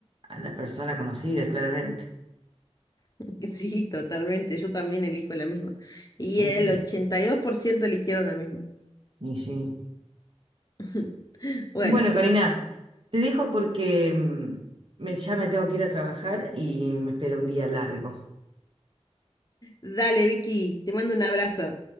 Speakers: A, on the right; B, on the left.
A: a la persona conocida, claramente.
B: <laughs> Sí, totalmente. Yo también elijo la misma. Y
A: Y
B: el
A: sí,
B: 82% eligieron la misma.
A: y sí.
B: <laughs> Bueno,
A: Bueno, Karina, te dejo porque mm, me, ya me tengo que ir a trabajar y me espero un día largo.
B: dale, Vicky, te mando un abrazo.